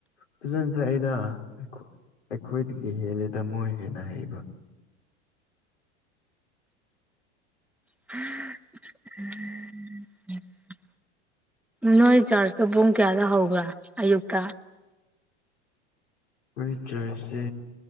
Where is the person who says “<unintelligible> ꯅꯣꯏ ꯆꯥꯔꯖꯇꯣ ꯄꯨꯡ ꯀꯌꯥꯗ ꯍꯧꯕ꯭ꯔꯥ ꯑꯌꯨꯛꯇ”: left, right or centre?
Centre